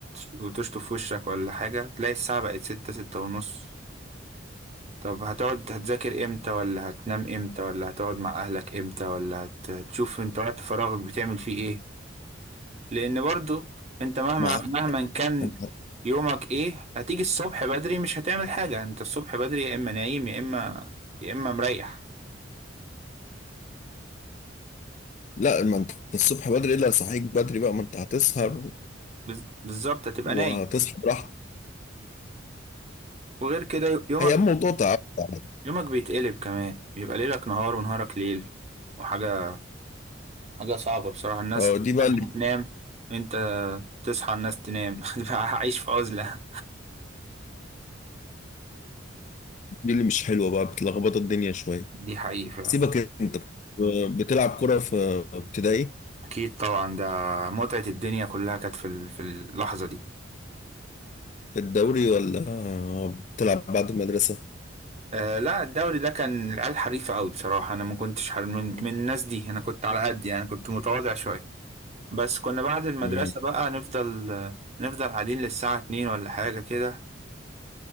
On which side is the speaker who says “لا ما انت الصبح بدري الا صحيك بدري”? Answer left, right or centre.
Left